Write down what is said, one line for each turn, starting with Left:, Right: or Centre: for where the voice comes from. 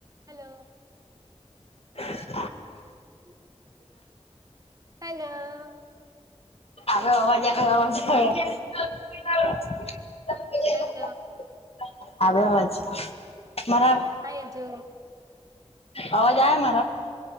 Right: Hello
Left: હ <unintelligible>
Right: હમ hello
Left: આવ અવાજ આવે અવાજ આવે <unintelligible>
Right: હલો
Left: આવ્યો અવાજ છે મારા
Right: હાય અજુ
Left: અવાજ આ મારા